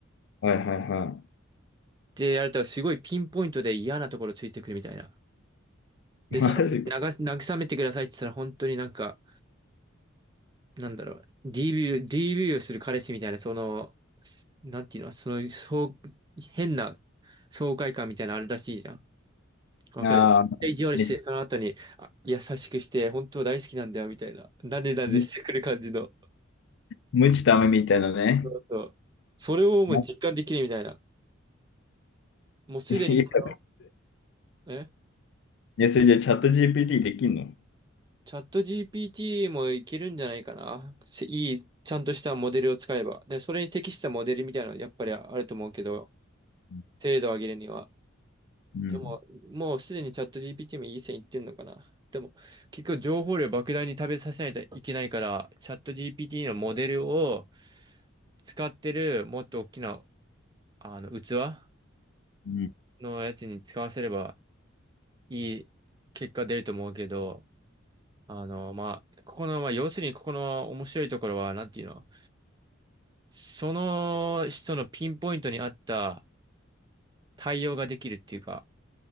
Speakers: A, on the left; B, on the right.
A: はいはいは
B: で、やるれたらすごいピンポイントで嫌なところついてくるみたいな。で、
A: い。マジか。
B: その、流す慰めてくださいって言ったら、本当になんか、なんだろう、DV、DV をする彼氏みたいな、その、すなんていうの、その、そう、変な爽快感みたいなのあるらしいじゃん。わかる。
A: ああ、
B: 意地悪して、
A: ね
B: その後に、あ、優しくして、本当大好きなんだよ、みたいな。なでなでしてくる感じの。
A: む無知ダめみたいなね。
B: そうそう。それをもう実感できるみたいな。
A: いや、
B: もうすでにそ
A: い
B: の、え、
A: やそれじゃあチャット GPT できんの
B: チャット GPT もいけるんじゃないかな。せいい、ちゃんとしたモデルを使えば。で、それに適したモデルみたいなのやっぱりあると思うけど、
A: う
B: 精度を上げるには。
A: ん、
B: でも、もうすでにチャット GPT もいい線いってんのかな。でも、結局情報量莫大に食べさせないといけないから、チャット GPT のモデルを使ってるもっと大きなあの器
A: うん、
B: のやつに使わせればいい結果出ると思うけど、あの、まあ、ここの、まあ、要するにここの面白いところは、なんていうの、その人のピンポイントに合った対応ができるっていうか、